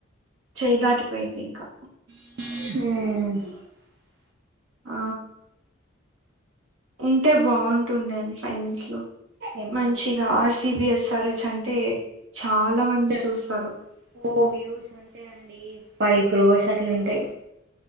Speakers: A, on the right; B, on the right.
A: చేయ దాటిపోయింది ఇంకా
B: హుమ్మ్
A: ఆ ఉంటే బాగుంటుండే అండి ఫైనల్స్ లో
B: ఏమైందండి
A: మంచిగా ఆర్సిబిఎస్ఆర్ హెచ్ అంటే చాలా
B: మస్తు
A: మంది చూస్తారు
B: ఓ వ్యూస్ ఉంటాయి అండి ఫైవ్ క్రోస్ అట్లు ఉంటయ్